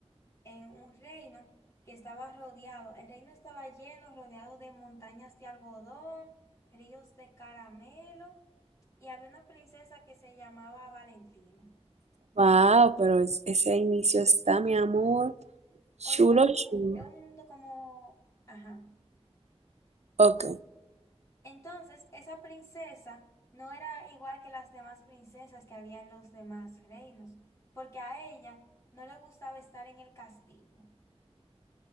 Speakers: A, on the left; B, on the right.
A: en un reino que estaba rodeado. El reino estaba lleno, rodeado de montañas de algodón, ríos de caramelo, y había una princesa que se llamaba Valentina.
B: Wow, pero es- ese inicio está, mi amor, chulo,
A: Obvio, porque como-
B: chulo.
A: es un mundo como... Ajá.
B: Ok,
A: Entonces, esa princesa no era igual que las demás princesas que había en los demás reinos, porque a ella no le gustaba estar en el castillo.